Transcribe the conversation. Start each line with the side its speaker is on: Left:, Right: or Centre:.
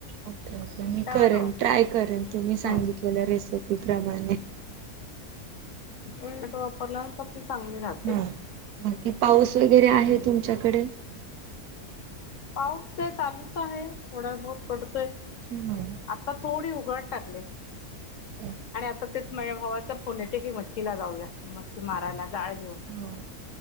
Right: ओके-ओके मी
Left: टॅमॅटो
Right: करेन
Left: वापरायचे
Right: ट्राय करेन तुम्ही
Left: हम्म
Right: सांगितलेल्या रेसिपी प्रमाणे.
Left: टोमॅटो वापरला तर ती चांगली राहते.
Right: हा बाकी पाऊस वगैरे आहे
Left: हम्म
Right: तुमच्याकडे
Left: पाऊस काय चालूच आहे थोडा बहुत पडतोय.
Right: हम्म
Left: आता थोडी उघड टाकले.
Right: <unintelligible>
Left: आणि आता तेच माझ्या भावाचा फोन येते की मच्छीला जाऊया मच्छी मारायला जाळ घेऊन.
Right: हा